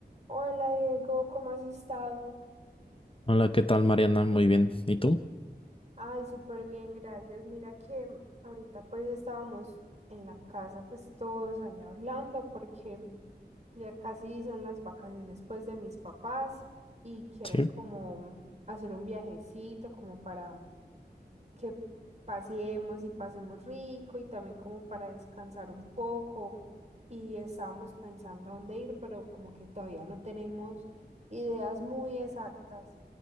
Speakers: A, on the right; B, on the left.
A: Hola Diego, ¿cómo has estado?
B: Hola, ¿qué tal, Mariana? Muy bien. ¿Y tú?
A: Ay, súper bien, gracias. Mira que ahorita pues estábamos en la casa pues todos ahí hablando porque ya casi son las vacaciones pues de mis papás y quieren
B: Sí,
A: como hacer un viajecito como para que paseemos y pasemos rico y también como para descansar un poco y estábamos pensando dónde ir, pero como que todavía no tenemos ideas muy exactas.